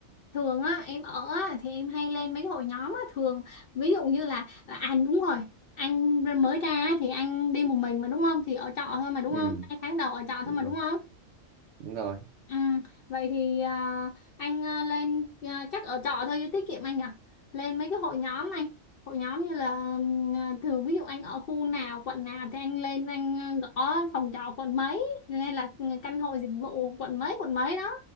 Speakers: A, on the left (about 60°); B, on the right (about 65°).
A: thường á em ở á, thì em hay lên mấy hội nhóm á thường ví dụ như là à à, đúng rồi anh mới ra á, thì anh đi một mình mà đúng không thì ở trọ thôi mà đúng
B: Ừ,
A: không hai tháng đầu ở trọ
B: đúng
A: thôi mà
B: rồi,
A: đúng không
B: đúng rồi.
A: ừ vậy thì à, anh à, lên à, chắc ở trọ thôi cho tiết kiệm anh à lên mấy cái hội nhóm anh hội nhóm như là ừm, à, thường ví dụ anh ở khu nào quận nào thì anh lên anh à, gõ phòng trọ quận mấy hay là ừ, căn hộ dịch vụ quận mấy quận mấy đó